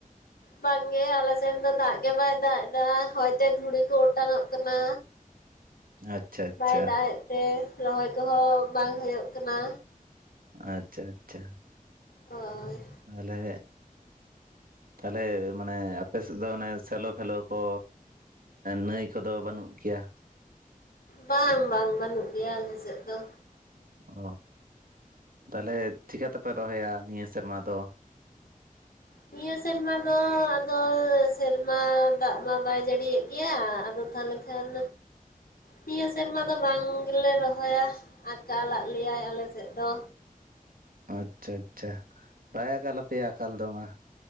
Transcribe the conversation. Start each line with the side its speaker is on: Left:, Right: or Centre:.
Left: ᱵᱟᱝᱜᱮ ᱟᱞᱮ ᱥᱮᱱ ᱫᱚ ᱫᱟᱜ ᱜᱮ ᱵᱟᱭ ᱫᱟᱜ ᱮᱫᱟ ᱦᱚᱭᱛᱮ ᱫᱷᱩᱲᱤ ᱠᱚ ᱚᱴᱟᱝ ᱚᱚᱜ ᱠᱟᱱᱟ
Right: ᱟᱪᱪᱷᱟ ᱟᱪᱪᱷᱟ
Left: ᱵᱟᱭ ᱫᱟᱜ ᱮᱫ ᱛᱮ ᱨᱚᱦᱚᱭ ᱠᱚᱦᱚᱸ ᱵᱟᱝ ᱦᱩᱭᱩᱜ ᱠᱟᱱᱟ
Right: ᱟᱪᱪᱷᱟ ᱟᱪᱪᱷᱟ
Left: ᱦᱳᱭ
Right: ᱟᱞᱮ ᱛᱟᱦᱚᱞᱮ ᱢᱟᱱᱮ ᱟᱯᱮᱮᱥᱮᱫ ᱫᱚ ᱚᱱᱮ ᱥᱮᱞᱳ ᱯᱷᱮᱞᱳ ᱠᱚ ᱱᱟᱹᱭ ᱠᱚᱫᱚ ᱵᱟᱹᱱᱩᱜ ᱜᱮᱭᱟ
Left: ᱵᱟᱝ ᱵᱟᱝ ᱵᱟᱹᱱᱩᱜ ᱜᱮᱭᱟ ᱟᱞᱮ ᱥᱮᱫ ᱫᱚ
Right: ᱚ ᱛᱟᱦᱚᱞᱮ ᱪᱤᱠᱠᱟ ᱛᱮᱯᱮ ᱨᱚᱦᱚᱭᱟ ᱱᱤᱭᱟᱹ ᱥᱮᱨᱢᱟ ᱫᱚ
Left: ᱱᱤᱭᱟᱹ ᱥᱮᱨᱢᱟ ᱫᱚ ᱫᱚ ᱥᱮᱨᱢᱟ ᱫᱟᱜ ᱢᱟ ᱵᱟᱭ ᱡᱟᱹᱲᱤᱭᱮᱜ ᱜᱮᱭᱟ ᱟᱫᱚ ᱛᱟᱦᱞᱮ ᱠᱷᱟᱱ ᱱᱤᱭᱟᱹ ᱥᱮᱨᱢᱟ ᱫᱚ ᱵᱟᱝ ᱜᱮᱞᱮ ᱨᱚᱦᱚᱭᱟ ᱟᱠᱟᱞᱟᱜ ᱞᱮᱭᱟᱭ ᱟᱞᱮᱥᱮᱫ ᱫᱚ
Right: ᱟᱪᱪᱷᱟ ᱟᱪᱪᱷᱟ ᱵᱟᱭ ᱟᱠᱟᱞᱟᱯᱮᱭᱟ ᱟᱠᱟᱞ ᱫᱚ ᱢᱟ